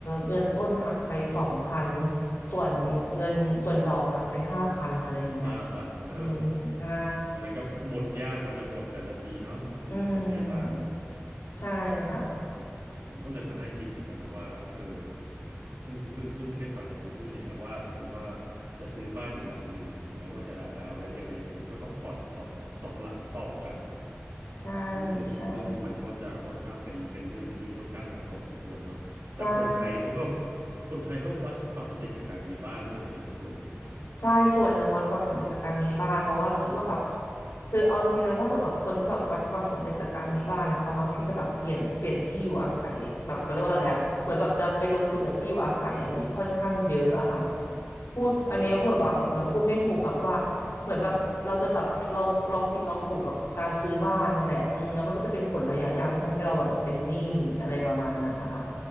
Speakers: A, on the left; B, on the right.
A: เงินต้นหักไปสองพัน ส่วนเงินส่วนดอกหักไปห้าพันอะไรอย่างเงี้ย
B: ห้าพันอ๋อ
A: อืมใช่
B: วันนั้นก็หมดยากกว่าจะหมดแต่ละทีเนาะอืมดอกเบี้ยบ้าน
A: อืมใช่ค่ะ
B: อืมผมก็เลยมานั่งคิดเหมือนกันนะว่าเออเพิ่งเพิ่งเพิ่งได้ฟังจากครูอุ้ยเนี่ยแหละว่าถ้าสมมติว่าจะซื้อบ้านอีกหลังหนึ่งหรือถึงแม้ว่าจะดาวน์ไปแล้วยังไงคือก็ต้องผ่อนสองสองหลังต่อกัน
A: ใช่
B: อุ้ยซึ่งซึ่งมันก็จะค่อนข้างเป็นเป็นเรื่องที่ค่อนข้างหนักพอสมควรเนาะแต่คนไทยเขาก็
A: ใช่ใช่
B: คนไทยเขาก็วัดความสำเร็จจากการมีบ้านด้วยไหมฮะส่วนหนึ่ง
A: ใช่ส่วนหนึ่งวัดความสำเร็จจากการมีบ้านเพราะว่าคิดว่าแบบคือเอาจริงๆแล้วถ้าเกิดแบบคนที่แบบวัดความสำเร็จจากการมีบ้านนะเขามักที่จะแบบเปลี่ยนเปลี่ยนที่อยู่อาศัยแบบเขาเรียกว่าอะไรอะเหมือนแบบจะไปลงทุนกับที่อยู่อาศัยอะค่อนข้างเยอะอะค่ะ พูดอันนี้ก็พูดแบบแบบมันพูดไม่ถูกแบบว่า
B: อืม
A: เหมือนแบบเราจะแบบลองลองผิดลองถูกกับการซื้อบ้านเนี่ยแหละอืมแล้วมันก็จะเป็นผลระยะยาวที่ทำให้เราแบบเป็นหนี้อะไรประมาณนั้นนะคะ